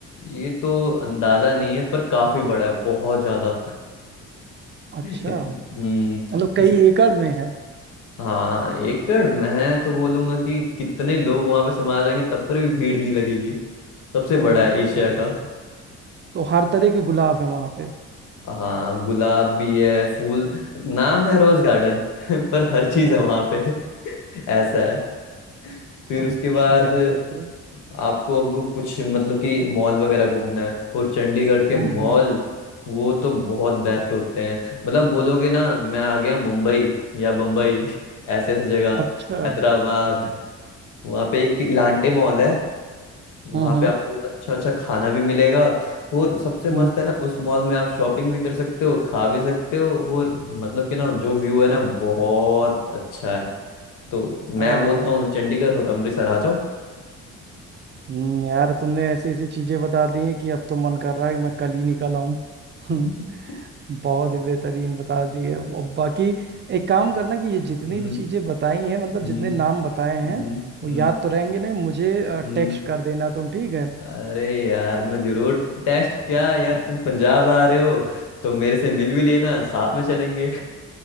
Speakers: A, on the left; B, on the right.
A: ये तो अंदाजा नहीं है पर काफी बड़ा है बहुत ज्यादा <laughs>
B: अच्छा
A: इत, हम्म,
B: मतलब कई
A: इस
B: एकड़ में है
A: हाँ एकड़ मैं तो बोलूंगा कि कितने लोग वहां पे समा जाएंगे तब पर भी भीड़ नहीं लगेगी सबसे बड़ा
B: ओफ
A: है एशिया
B: ओहो। तो हर तरह के गुलाब है वहां पे
A: हाँ गुलाब भी है फूल नाम है रोज गार्डन <laughs> पर हर चीज
B: हम्म
A: है वहां
B: हम्म।
A: पे <laughs> ऐसा है फिर
B: अच्छा
A: उसके बाद
B: याद रखिए
A: आपको अब कुछ मतलब कि मॉल वगैरह घूमना है और चंडीगढ़ के
B: हम्म
A: मॉल
B: हम्म।
A: वो तो बहुत बेस्ट होते हैं मतलब बोलोगे ना मैं आ गया मुंबई या बम्बई <laughs> ऐसे ऐसे जगह
B: अच्छा
A: हैदराबाद
B: हम्म
A: वहाँ पे एक इलांटे मॉल है वहाँ
B: हम्म
A: पे आपको अच्छा अच्छा खाना भी मिलेगा और सबसे मस्त
B: हम्म।
A: है ना उस मॉल में आप शॉपिंग भी कर सकते हो खा भी सकते हो और मतलब कि ना जो व्यू है ना बहुत अच्छा है तो मैं
B: और
A: बोलता हूँ चंडीगढ़ और अमृतसर आ जाओ
B: हम्म, यार तुमने ऐसी ऐसी चीजें बता दी हैं कि अब तो मन कर रहा है कि मैं कल ही निकल आऊं
A: <laughs>
B: <laughs> बहुत ही बेहतरीन बता दी है और बाकी एक काम करना कि ये जितनी
A: हम्म
B: भी चीजें बताई हैं मतलब
A: हम्म
B: जितने नाम बताए
A: हम्म
B: हैं वो
A: हम्म
B: याद तो रहेंगे नहीं मुझे
A: हम्म।
B: टेक्स्ट कर देना तुम ठीक है
A: अरे यार मैं जरूर टेस्ट क्या यार तुम पंजाब आ रहे हो तो मेरे से मिल भी लेना साथ में चलेंगे